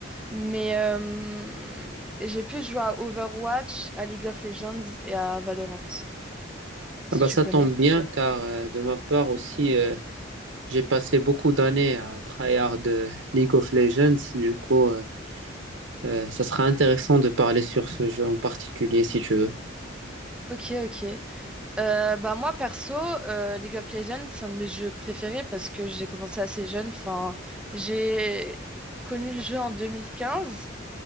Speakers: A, in the centre; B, on the right.
A: mais euh, j'ai plus joué à Overwatch, à League of Legends et à Valorant, si
B: Ah bah
A: tu
B: ça
A: connais.
B: tombe bien car euh, de ma part aussi, euh, j'ai passé beaucoup d'années à tryhard de League of Legends. Du coup, euh, euh, ça sera intéressant de parler sur ce jeu en particulier si tu veux.
A: Ok, ok. Euh, bah moi perso, euh, League of Legends, c'est un de mes jeux préférés parce que j'ai commencé assez jeune. Enfin, j'ai connu le jeu en 2015